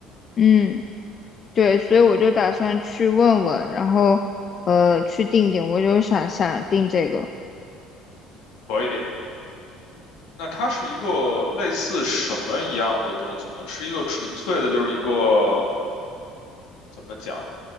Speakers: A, on the left; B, on the left.
A: 嗯，对，所以我就打算去问问，然后呃去定定，我就想想定这个
B: 可以，那它是一个类似什么一样的东西呢？是一个纯粹的，就是一个怎么讲，